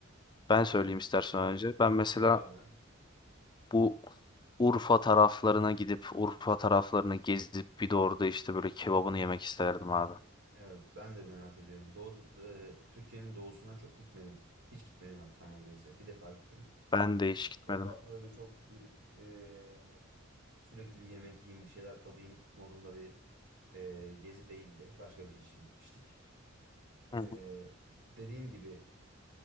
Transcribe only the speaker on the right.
Ha
söyle abi.
Evet ben de merak ediyorum. Doğu, e, Türkiye'nin doğusuna çok gitmedim. Hiç gitmedim hatta neredeyse. Bir defa gittim.
O da böyle çok bir e, sürekli bir yemek yiyeyim bir şeyler tadayım modunda bir e, gezi değildi. Başka bir şey için gitmiştik. E,
dediğin gibi